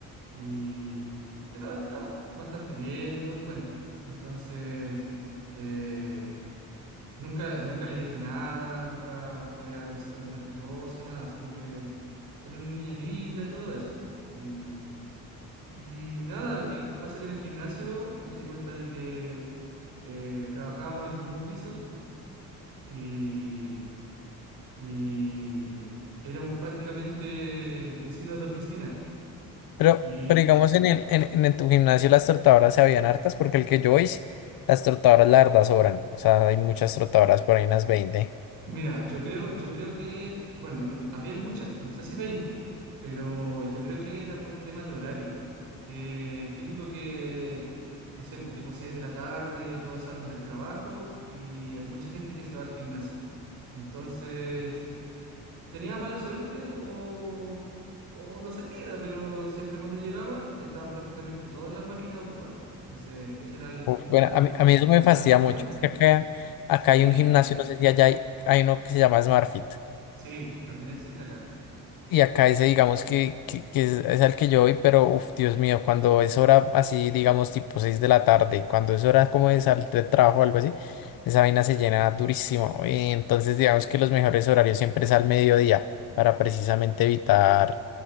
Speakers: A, on the right; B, on the left.
A: Y era- estaba bastante bien y todo el cuento. Entonces, eh, Nunca, nunca le dije nada, nunca fue algo así como respetuoso y nada, sino que era una niña linda y todo eso. Y, y nada, que pasa que en el gimnasio me di cuenta de que eh, trabajábamos en el mismo piso y, y éramos prácticamente vecinos de oficina.
B: Pero,
A: Y
B: pero digamos en el, en, en- en tu gimnasio las trotadoras se habían hartas, porque el que yo hice, las trotadoras la verdad sobran. O sea, hay muchas trotadoras por ahí, unas 20.
A: Mira, yo creo, yo creo que, bueno, no- había muchas, no sé si 20, pero yo creo que era por temas de horario, que típico que, no sé, pues tipo 6 de la tarde, todos salen del trabajo y hay mucha gente que se va al gimnasio. Entonces, tenía mala suerte o, o no sé qué era, pero siempre cuando llegaban estaban prácticamente todas las máquinas ocupadas. Entonces, ese era el,
B: Uf,
A: el
B: bueno,
A: gra-
B: a
A: el-
B: mí, a mí eso me
A: el
B: fastidia
A: gran problema.
B: mucho. Es que acá,
A: Sí,
B: acá hay un gimnasio, no sé si allá hay, hay uno que se llama SmartFit.
A: sí, también existe acá.
B: Y acá ese, digamos, que, que, que es, es al que yo voy, pero, uff, Dios mío, cuando es hora así, digamos, tipo 6 de la tarde, cuando es hora como de salir de trabajo o algo así, esa vaina se llena durísimo. Y entonces, digamos que los mejores horarios siempre es al mediodía, para precisamente evitar,